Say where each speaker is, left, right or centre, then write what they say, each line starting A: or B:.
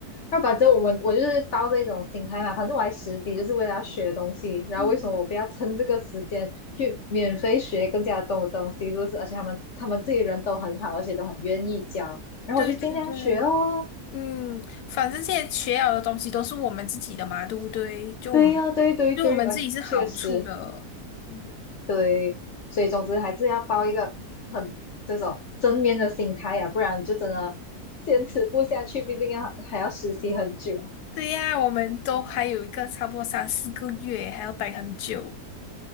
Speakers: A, on the left; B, on the left.
A: 那反正我们我就是抱着一种心态嘛，反正我来实习就是为了要学东西，然后为什么我不要趁这个时间去免费学更加多的东西，
B: 嗯，
A: 是不是？而且他们他们自己人都很好，而且都很愿意教，然后我就尽量学哦。
B: 对对对，嗯，反正这些学了的东西都是我们自己的嘛，对不对？就我们对我们自己是好处的，
A: 对呀、对对对，哎，确实
B: 嗯，
A: 对，所以总之还是要抱一个很这种正面的心态呀、不然就真的坚持不下去，毕竟要还要实习很久啊。
B: 对呀，我们都还有一个差不多三四个月，还要待很久。